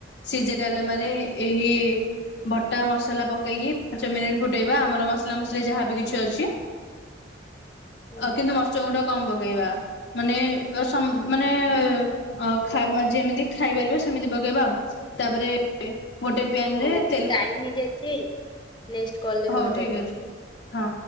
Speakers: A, on the left; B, on the left.
A: ସିଝା ଡାଲମା ରେ ଏହି ବଟା ମସଲା ପକେଇକି ପାଞ୍ଚ ମିନିଟ ଫୁଟେଇବା ଆମର ମସଲା ମସଲି ଯାହାବି କିଛି ଅଛି।
B: ହୁଁ
A: ଅ କିନ୍ତୁ ମରିଚ ଗୁଣ୍ଡ କମ ପକେଇବା। ମାନେ ସମ୍ ମାନେ ଅ ଖା ଯେମିତି ଖାଇପାରିବା ସେମିତି ପକେଇବା। ତାପରେ ଗୋଟେ ପ୍ୟାନରେ
B: ହଉ ଟାଇମ ହେଇଯାଇଛି ନେକ୍ସଟ କଲରେ
A: ହଉ
B: କହିଦବ।
A: ଠିକ ଅଛି ହଁ।